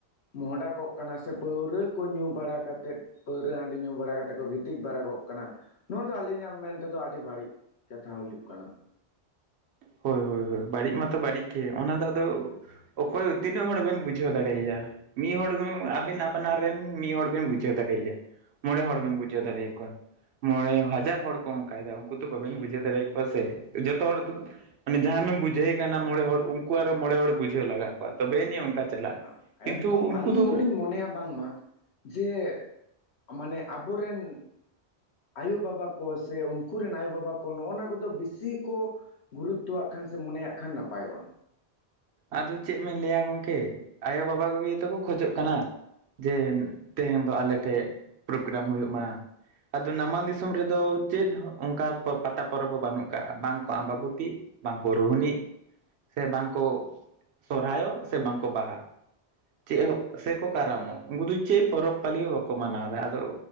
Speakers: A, on the left; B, on the right.
A: ᱢᱚᱦᱚᱰᱟᱠᱚᱜ ᱠᱟᱱᱟ ᱥᱮ ᱯᱟᱹᱣᱨᱟᱹ ᱠᱚ ᱧᱩ ᱵᱟᱲᱟ ᱠᱟᱛᱮᱫ ᱯᱟᱹᱣᱨᱟᱹ, ᱦᱟᱺᱰᱤ ᱧᱩ ᱵᱟᱲᱟ ᱠᱟᱛᱮᱫ ᱠᱚ ᱜᱤᱛᱤᱡ ᱵᱟᱲᱟ ᱠᱚᱜ ᱠᱟᱱᱟ, ᱱᱚᱣᱟ ᱫᱚ ᱟᱹᱞᱤᱧᱟᱜ ᱢᱮᱱ ᱛᱮᱫᱚ ᱟᱹᱰᱤ ᱵᱟᱹᱲᱤᱡ ᱠᱟᱛᱷᱟ ᱦᱩᱭᱩᱜ ᱠᱟᱱᱟ᱾
B: ᱦᱳᱭ -ᱦᱳᱭ ᱦᱳᱭ, ᱵᱟᱹᱲᱤᱡ ᱢᱟᱛᱚ ᱵᱟᱹᱲᱤᱡ ᱜᱮ, ᱚᱱᱟ ᱫᱚ ᱟᱫᱚ ᱚᱠᱚᱭ, ᱛᱤᱱᱟᱹᱜ ᱦᱚᱲ ᱵᱮᱱ ᱵᱩᱡᱷᱟᱹᱣ ᱫᱟᱲᱮᱭᱟᱭᱟ? ᱢᱤᱫ ᱦᱚᱲ ᱵᱤᱸ, ᱟᱹᱵᱤᱱ ᱟᱯᱱᱟᱨ ᱨᱮᱱ, ᱢᱤᱫ ᱦᱚᱲ ᱵᱮᱱ ᱵᱩᱡᱷᱟᱹᱣ ᱫᱟᱲᱮᱭᱟ᱾ ᱢᱚᱬᱮ ᱦᱚᱲ ᱵᱮᱱ ᱵᱩᱡᱷᱟᱹᱣ ᱫᱟᱲᱮ ᱟᱠᱚᱣᱟ᱾ ᱢᱚᱬᱮ ᱦᱟᱡᱟᱨ ᱦᱚᱲ ᱠᱚ ᱚᱱᱠᱟᱭ ᱫᱟ ᱩᱱᱠᱩ ᱛᱚ ᱵᱟᱵᱮᱱ ᱵᱩᱡᱟᱹᱣ ᱫᱟᱲᱮᱭᱟᱠᱚᱣᱟ ᱥᱮ, ᱡᱚᱛᱚ ᱦᱚᱲ ᱛ ᱢᱟᱱᱮ ᱡᱟᱦᱟᱸᱢᱮᱢ ᱵᱩᱡᱷᱟᱹᱣᱼᱮ ᱠᱟᱱᱟ ᱢᱚᱬᱮ ᱦᱚᱲ, ᱩᱱᱠᱩ ᱟᱨᱚ ᱢᱚᱬᱮ ᱦᱚᱲ ᱵᱩᱡᱷᱟᱹᱣ ᱞᱟᱜᱟᱣ ᱠᱚᱣᱟ, ᱛᱚᱵᱮ ᱱᱤᱭᱟᱹ ᱚᱱᱠᱟ ᱪᱟᱞᱟᱜᱼᱟ
A: ᱮᱸ,
B: ᱠᱤᱱᱛᱩ
A: ᱮᱠᱫᱚᱢ
B: ᱩᱱᱠᱩ
A: ᱟᱹᱞᱤᱧ
B: ᱫᱚ
A: ᱫᱚᱞᱤᱧ ᱢᱚᱱᱮᱭᱟ ᱵᱟᱝᱢᱟ, ᱡᱮ ᱢᱟᱱᱮ ᱟᱵᱚᱨᱮᱱ ᱟᱭᱳᱼᱵᱟᱵᱟ ᱠᱚ ᱥᱮ ᱩᱱᱠᱩ ᱨᱮᱱ ᱟᱭᱳᱼᱵᱟᱵᱟ ᱠᱚ ᱱᱚᱜᱼᱚᱱᱟ ᱠᱚᱫᱚ ᱵᱮᱥᱤ ᱠᱚ ᱜᱩᱨᱩᱛᱛᱚᱣᱟᱜ ᱠᱷᱟᱱ ᱥᱮ ᱢᱚᱱᱮᱭᱟᱜ ᱠᱷᱟᱱ ᱱᱟᱯᱟᱭᱚᱜᱼᱟ᱾
B: ᱟᱫᱚ ᱪᱮᱫ ᱢᱮᱱ ᱞᱟᱹᱭ ᱞᱟᱹᱭᱟ ᱜᱚᱢᱠᱮ, ᱟᱭᱳᱼᱵᱟᱵᱟ ᱠᱚᱜᱮ ᱛᱚᱠᱚ ᱠᱷᱚᱡᱚᱜ ᱠᱟᱱᱟ᱾ ᱡᱮ, ᱛᱮᱦᱮᱧ ᱫᱚ ᱟᱞᱮ ᱴᱷᱮᱱ, ᱯᱨᱳᱜᱨᱟᱢ ᱦᱩᱭᱩᱜ- ᱢᱟ᱾ ᱟᱫᱚ ᱱᱟᱢᱟᱞ ᱫᱤᱥᱚᱢ ᱨᱮᱫᱚ, ᱪᱮᱫ ᱦᱚᱸ ᱚᱱᱠᱟ ᱯᱟᱛᱟ ᱯᱚᱨᱚᱵ ᱦᱚᱸ ᱵᱟᱹᱱᱩᱜ ᱠᱟᱜᱼᱟ, ᱵᱟᱝ ᱠᱚᱜ ᱟᱸᱵᱟᱵᱚᱛᱤᱜᱼᱼ ᱵᱟᱝᱠᱚ ᱨᱳᱦᱽᱱᱤᱜ, ᱥᱮ ᱵᱟᱝᱠᱚ, ᱥᱚᱨᱦᱟᱨᱭᱚᱜ, ᱥᱮ ᱵᱟᱝᱠᱚ ᱵᱟᱦᱟᱜ᱾ ᱪᱮᱜ ᱦᱚᱸ, ᱥᱮᱠᱚ ᱠᱟᱨᱟᱢᱚᱜ, ᱩᱱᱫᱩ ᱪᱮᱫ ᱯᱚᱨᱚᱵᱼᱯᱟᱹᱞᱤ ᱦᱚᱸ ᱵᱟᱠᱚ ᱢᱟᱱᱟᱣᱫᱟ, ᱟᱫᱚ